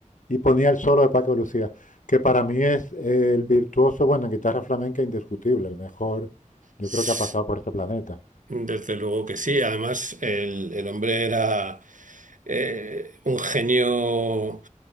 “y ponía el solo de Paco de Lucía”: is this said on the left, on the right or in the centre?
Left